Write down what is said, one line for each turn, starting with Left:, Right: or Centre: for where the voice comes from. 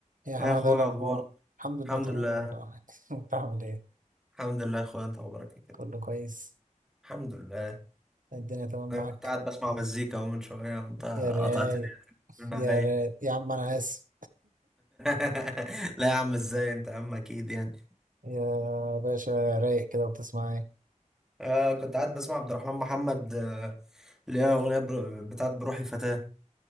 Right: يا حمادة
Centre: يا اخويا
Right: ايه الأخبار؟
Centre: اخبارك
Right: الحمد لله
Centre: الحمد
Right: تمام
Centre: لله
Right: والله <laughs> انت عامل ايه؟
Centre: الحمد لله يا اخويا انت اخبارك إيه كده
Right: كله كويس
Centre: الحمد لله
Right: الدنيا تمام
Centre: انا
Right: معاك
Centre: كنت قاعد بسمع مزيكا اهو من شويه وانت
Right: يا رايق
Centre: قطعت التليفون
Right: يا
Centre: عليا
Right: رايق يا عم أنا آسف
Centre: <laughs> لا يا عم ازاي انت يا عم اكيد يعني
Right: <laughs> يا باشا رايق كده وبتسمع ايه؟
Centre: آه كنت قاعد بسمع عبد الرحمن محمد آه، اللي هي اغنيه بر... بتاعت بروحي فتاه